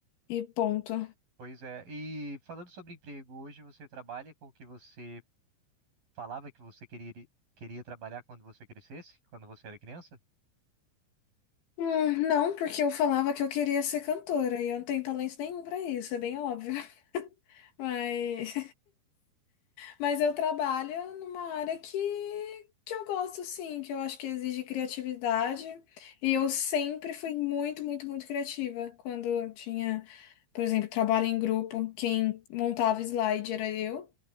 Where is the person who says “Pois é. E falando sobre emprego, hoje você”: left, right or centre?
Right